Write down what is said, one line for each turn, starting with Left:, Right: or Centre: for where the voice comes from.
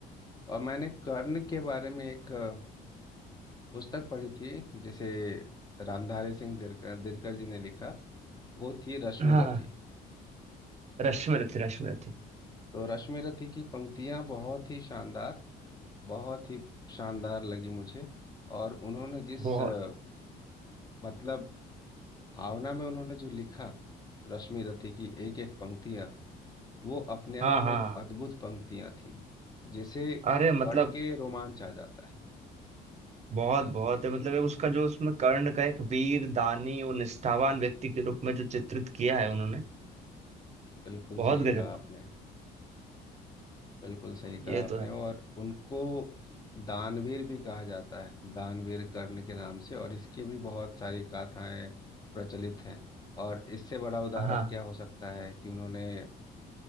Left: और मैंने कर्ण के बारे में एक अ, पुस्तक पढ़ी थी जिसे रामधारी सिंह दिनकर दिनकर जी ने लिखा वो थी रश्मि
Right: हाँ
Left: रथी
Right: रश्मि रथी रश्मि रथी
Left: तो रश्मि रथी की पंक्तियां बहुत ही शानदार बहुत ही शानदार लगी मुझे और उन्होंने जिस
Right: बहुत
Left: अ, मतलब भावना में उन्होंने जो लिखा रश्मि रथी की एक एक पंक्तियां वो अपने आप
Right: हाँ
Left: में
Right: हाँ
Left: एक
Right: हाँ।
Left: अद्भुत पंक्तियां थी जिसे
Right: अरे मतलब
Left: पढ़ के रोमांच आ जाता है
Right: बहुत बहुत है मतलब एक उसका जो उसमें कर्ण का एक वीर दानी और निष्ठावान व्यक्ति के रूप में जो चित्रित किया है उन्होंने
Left: बिल्कुल
Right: बहुत
Left: सही कहा
Right: गजब
Left: आपने
Right: का।
Left: बिल्कुल सही कहा
Right: ये
Left: आपने
Right: तो है
Left: और उनको दानवीर भी कहा जाता है दानवीर कर्ण के नाम से और इसकी भी बहुत सारी गाथाएं प्रचलित हैं और इससे बड़ा उदाहरण
Right: हाँ
Left: क्या हो सकता है कि उन्होंने